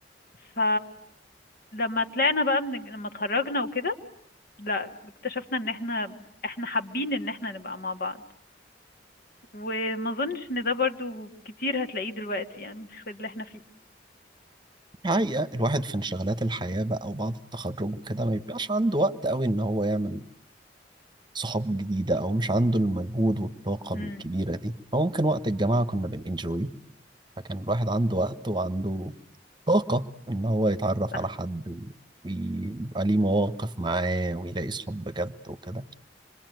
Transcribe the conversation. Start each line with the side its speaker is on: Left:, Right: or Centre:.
Left: ف لما طلعنا بقى من لما اتخرجنا وكده لا اكتشفنا ان احنا احنا حابين ان احنا نبقى مع بعض وما اظنش ان ده برضو كتير هتلاقيه دلوقتي يعني في اللي احنا فيه
Right: حقيقة الواحد في انشغالات الحياة بقى وبعد التخرج وكده ما بيبقاش عنده وقت قوي ان هو يعمل صحاب جديدة او مش عنده المجهود والطاقة
Left: امم
Right: الكبيرة دي هو ممكن وقت الجامعة كنا بننجوي فكان الواحد عنده وقت وعنده طاقة ان هو يتعرف
Left: <laughs>
Right: على حد ويبقى ليه مواقف معاه ويلاقي صحاب بجد وكده